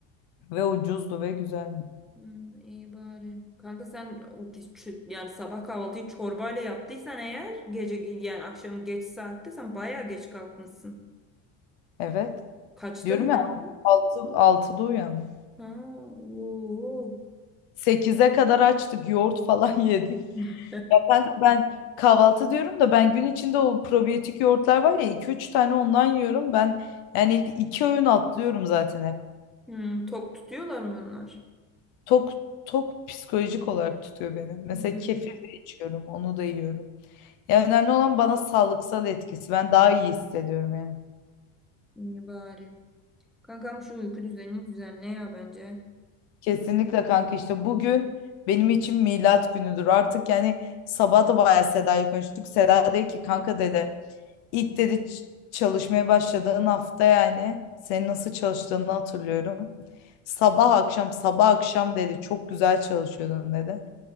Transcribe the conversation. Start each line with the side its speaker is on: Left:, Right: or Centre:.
Left: Ve ucuzdu ve güzeldi.
Centre: Hmm, iyi bari. Kanka sen o ki- çü- yani sabah kahvaltıyı çorbayla yaptıysan eğer gece yani akşam geç saatte sen bayağı geç kalkmışsın.
Left: Evet.
Centre: Kaçta
Left: Diyorum
Centre: uyandın?
Left: ya altı, 6'da uyandım.
Centre: Ha, oo.
Left: sekize kadar açtık. Yoğurt falan <laughs> yedik.
Centre: <laughs>
Left: Ya kanka ben kahvaltı diyorum da ben gün içinde o probiyotik yoğurtlar var ya iki üç tane ondan yiyorum. Ben yani iki öğün atlıyorum zaten hep.
Centre: Hmm, tok tutuyorlar mı onlar?
Left: Tok tok psikolojik olarak tutuyor beni. Mesela
Centre: Hmm,
Left: kefir de içiyorum. Onu da yiyorum. Ya önemli olan bana sağlıksal etkisi. Ben daha iyi hissediyorum yani.
Centre: iyi bari. Kankam şu uyku düzenini düzenle ya bence.
Left: Kesinlikle kanka işte bugün benim için milat günüdür. Artık yani sabah da bayağı Seda'yla konuştuk. Seda dedi ki kanka dedi ilk dedi ç- çalışmaya başladığın hafta yani senin nasıl çalıştığını hatırlıyorum. Sabah akşam sabah akşam dedi çok güzel çalışıyordun dedi.